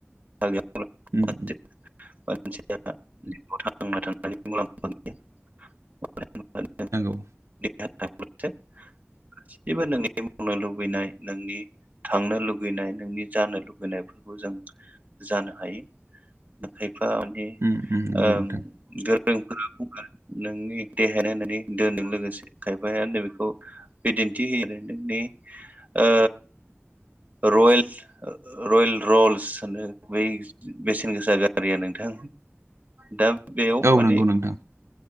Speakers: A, on the right; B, on the right.
A: गैयाब्ला
B: ओम।
A: मानसिया जिवाव थांना थानायनि मुलाम्फा गैया मानो होनोबा जों
B: नोंगौ।
A: देहा थाब्लासो जेबो नोंनि <unintelligible> लुबैनाय नोंनि थांनो लुुबैनाय नोंनि जानो लुुबैनायफोरखौ जों जानो हायो खायफा माने
B: उम उम नंगौ
A: ओम
B: नोंथां
A: गोरोंफोरा बुंगोन नोंनि देहायानो नोंनि दोनदों लोगोसे खायफाया होनदो बेखौ बिदिन्थि होयो आरो नोंनि ओ र'येल-र'येल र'ल्स होनो। बै बेसेन गोसा गारिया नोंथां दा बेयाव
B: औ
A: माने
B: नंगौ नोंथां